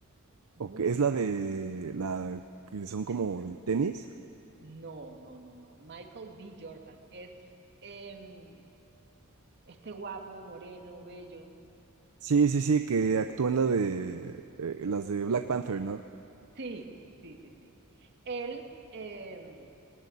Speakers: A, on the right; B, on the right.
A: Muy
B: O que es la
A: buena.
B: de la que son como
A: Eh,
B: de tenis.
A: No, no, no, no. Michael B. Jordan es em, este guapo, moreno, bello
B: Sí, sí, sí, que actúan la de eh, las de Black Panther, ¿no?
A: Sí, sí, sí, sí. Él, em,